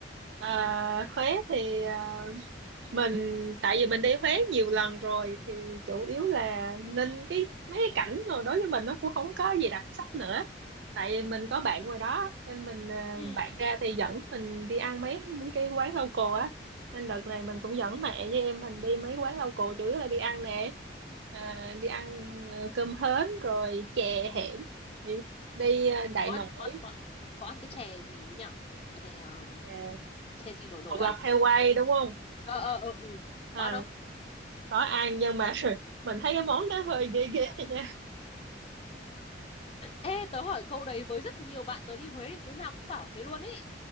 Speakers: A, on the right; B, on the left.
A: À, Huế thì ờ, mình tại vì mình đi Huế nhiều lần rồi thì chủ yếu là nên cái mấy cái cảnh rồi đối với mình nó cũng không có gì đặc sắc nữa tại vì mình có bạn ngoài đó nên mình ờ,
B: ừ
A: bạn ra thì dẫn mình đi ăn mấy cái quán local á nên đợt này mình cũng dẫn mẹ với em mình đi mấy quán local chủ yếu là đi ăn nè Ờ, đi ăn ờ, cơm hến rồi chè hẻm rồi đi ờ, Đại
B: có ăn
A: Nội
B: có ăn có, có ăn cái chè gì ấy nhở chè um,
A: chè
B: chè gì nổi nổi
A: bột
B: á
A: lọc heo quay đúng không
B: ờ ờ ờ ừ.
A: à,
B: có ăn không
A: có ăn nhưng mà <laughs> mình thấy cái món đó hơi ghê ghê nha
B: ê tớ hỏi câu đấy với rất nhiều bạn tớ đi Huế đứa nào cũng bảo thế luôn ấy